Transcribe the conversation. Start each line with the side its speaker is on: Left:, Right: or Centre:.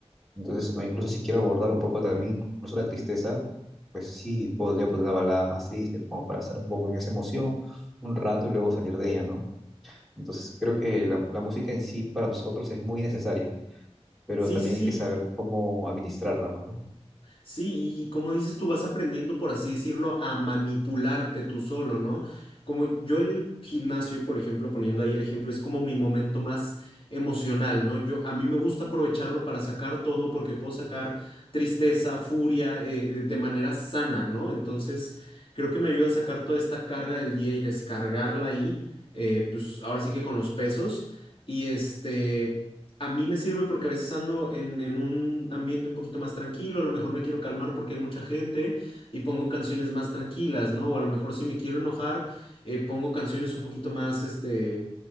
Centre: Entonces, o incluso si quiero abordar un poco también, incluso la tristeza, pues sí, podría poner una balada más triste, como para estar un poco en esa emoción un rato y luego salir de ella, ¿no? Entonces creo que la, la música en sí para nosotros es muy necesaria, pero
Left: Sí,
Centre: también
Left: sí, sí.
Centre: hay que saber cómo administrarla, pues, ¿no?
Left: Sí, y como dices, tú vas aprendiendo, por así decirlo, a manipularte tú solo, ¿no? Como yo el gimnasio, por ejemplo, poniendo ahí el ejemplo, es como mi momento más emocional, ¿no? Yo, a mí me gusta aprovecharlo para sacar todo porque puedo sacar tristeza, furia, eh, eh, de manera sana, ¿no? Entonces, creo que me ayuda a sacar toda esta carga del día y descargarla ahí, eh, pues ahora sí que con los pesos. Y este, a mí me sirve porque a veces ando en, en un ambiente un poquito más tranquilo, a lo mejor me quiero calmar porque hay mucha gente y pongo canciones más tranquilas, ¿no? O a lo mejor si me quiero enojar, eh, pongo canciones un poquito más, este,